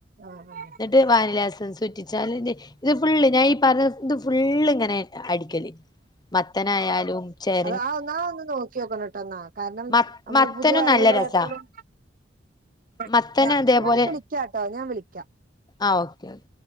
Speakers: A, on the right (about 50°); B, on the left (about 20°).
A: ആഹ് ആഹ്
B: എന്നിട്ട് വാനിലഎസ ൻസൂറ്റിച്ചാലില്ലേ ഇത് ഫുള്ള് ഞാൻ ഈ പറഞ്ഞ ഇത് ഫുൾ ഇങ്ങനെ അടിക്കല് മത്തനായാലും ചേ
A: അത ആ ഒന്നാ നോക്കി നോക്കണം കേട്ടോ എന്നാ കാരണം
B: മ
A: നമ്മള്
B: മത്തനും
A: പുതിയ അറിവുകളെ
B: നല്ല രസാ
A: എപ്പളും <unintelligible>
B: മത്തന് അതേപോലെ
A: ഞാന് വിളിക്കാട്ടോ ഞാൻ വിളിക്കാ
B: ആഹ് ഓക്കെ ഓക്കെ